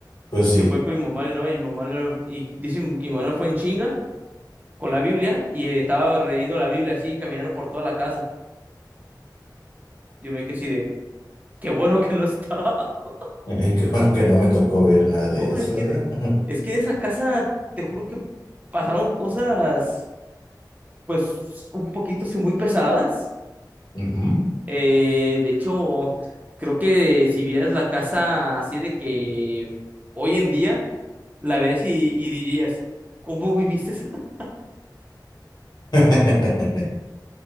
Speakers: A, on the left; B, on the right.
A: Pues
B: y
A: sí.
B: que fue con mi mamá, ¿no? Y mi mamá no- y dice que mi mamá fue en chinga con la Biblia y estaba leyendo la Biblia así caminando por toda la casa. Yo me quedé así de, qué bueno que no está. <laughs>
A: Eh, qué bueno que no me tocó ver nada de
B: No,
A: eso,
B: es que
A: ¿verdad? <laughs>
B: es que en esa casa te juro que pasaron cosas pues un poquito sí, muy pesadas.
A: Ujú.
B: Eh, de hecho, creo que si vieras la casa así de que hoy en día, la ves y, y dirías, ¿cómo viviste esa? <laughs>
A: <laughs>